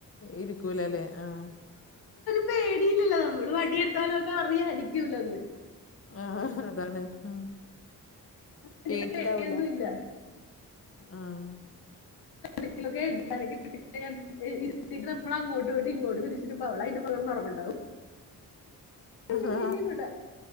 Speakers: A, on the left (about 40°); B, on the left (about 80°).
A: ഇരിക്കൂലലേ ആഹ്.
B: പേടിയില്ലല്ലോ നമ്മള് വടിയെടുത്താലും ഓൽക്ക് അറിയ അടിക്കൂലന്ന്.
A: ആഹ് അതാണ്. ഉം
B: വലിയ
A: പേടിണ്ടാവൂല.
B: പേടിയൊന്നുല്ല
A: ഉം ആഹ്
B: <inaudible>
A: <unintelligible> അഹാ
B: അങ്ങനെയൊക്കെയാണ് ഇവിടെ